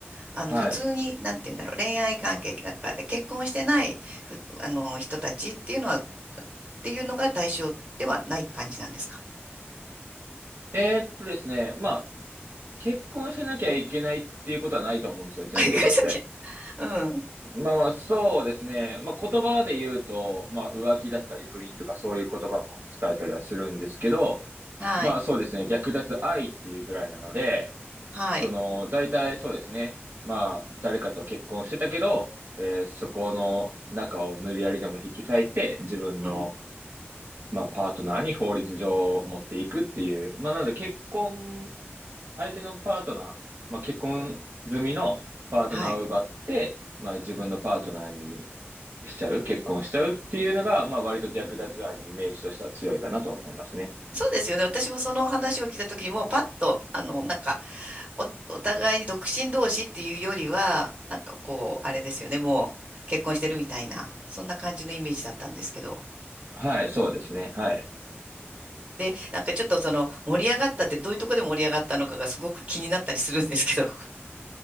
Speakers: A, on the right; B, on the right.
A: あの、
B: はい。
A: 普通に、なんて言うんだろう、恋愛関係だから、結婚してない、ふ、あの、人たちっていうのは、っていうのが対象ではない感じなんですか
B: えーっとですね、まあ、結婚しなきゃいけないっていうことはないと思うんですよ、
A: <laughs>
B: 前提として。
A: あ、いらっしゃうん。
B: まあまあ、そうですね。まあ、言葉で言うと、まあ、浮気だったり不倫とかそういう言葉も使えたりはするんですけど、
A: はい。
B: まあそうですね。略奪愛っていうぐらいなので、
A: はい。
B: その、大体そうですね。まあ、誰かと結婚してたけど、えーそこの中を無理やりでも引き裂いて、自分の、
A: うん。
B: まあ、パートナーに法律上持っていくっていう。まあ、なので結婚、相手のパートナー、まあ、結婚済みのパートナーを奪って、
A: はい。
B: まあ、自分のパートナーにしちゃう、結婚しちゃうっていうのが、まあ割と略奪愛のイメージとしては強いかなとは思いますね。
A: そうですよね。私もその話を聞いた時にもうパッと、あの、なんか、お、お互いに独身同士っていうよりは、なんかこう、あれですよね。もう結婚してるみたいな、そんな感じのイメージだったんですけど。
B: はい、そうですね。はい。
A: で、なんかちょっとその盛り上がったってどういうとこで盛り上がったのかがすごく気になったりするんですけど。<laughs>